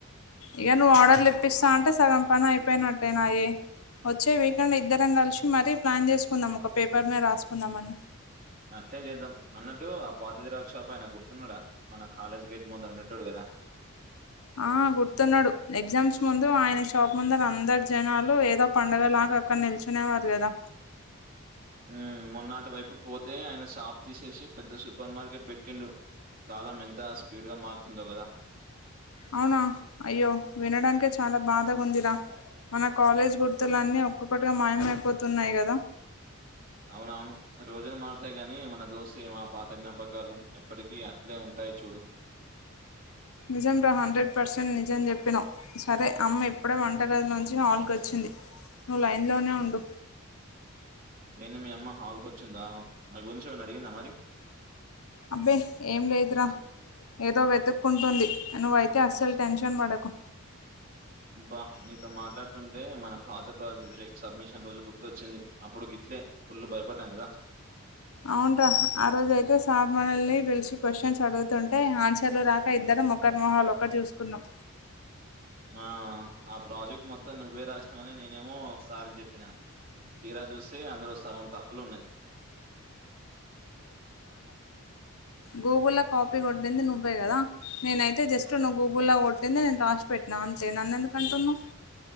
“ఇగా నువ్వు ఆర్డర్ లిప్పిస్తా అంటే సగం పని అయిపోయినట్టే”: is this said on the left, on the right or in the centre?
Left